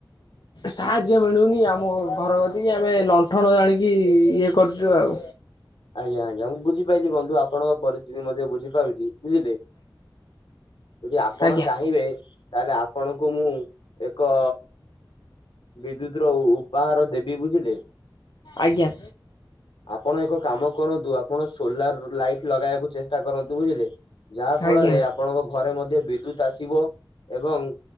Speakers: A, on the left; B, on the left.
A: ସାହାଯ୍ୟ ମିଳୁନି ଆମ ଘର ଟିକି ଆମେ ଲଣ୍ଠନ ଜାଣିକି ଇଏ କରୁଛୁ ଆଉ
B: ଆଜ୍ଞା ଆଜ୍ଞା ମୁଁ ବୁଝି ପାରିଲି ବନ୍ଧୁ ଆପଣଙ୍କ ପରିଥିତି ମଧ୍ୟ ବୁଝିପାରୁଚଛି ବୁଝିଲେ ଯଦି ଆପଣ
A: ଆଜ୍ଞା
B: ଚାହିଁବେ ତାହେଲେ ଆପଣଙ୍କୁ ମୁଁ ଏକ ବିଦ୍ୟୁତ ର ଉପହାର ଦେବି ବୁଝିଲେ
A: ଆଜ୍ଞା।
B: ଆପଣ ଏକ କାମ କରନ୍ତୁ ଆପଣ ସୋଲାର ଲାଇଟ ଲଗେଇବାକୁ ଚେଷ୍ଟା କରନ୍ତୁ ବୁଝିଲେ ଯାହା
A: ଆଜ୍ଞା
B: ଫଳରେ ଆପଣଙ୍କ ଘରେ ମଧ୍ୟ ବିଦ୍ୟୁତ ଆସିବ ଏବଂ